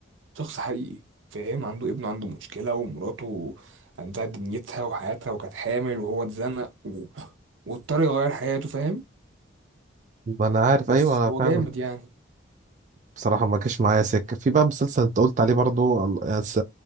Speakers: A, on the right; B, on the right.
A: شخص حقيقي فاهم عنده ابنه عنده مشكلة ومراته عندها دنيتها وحياتها وكانت حامل وهو اتزنق و... <gasps> واضطر يغير حياته فاهم
B: ما انا عارف
A: بس
B: ايوه انا
A: هو
B: فاهم
A: جامد يعني
B: بصراحة ما جاش معايا سكة في بقى مسلسل انت قلت عليه برضو ال- يا س-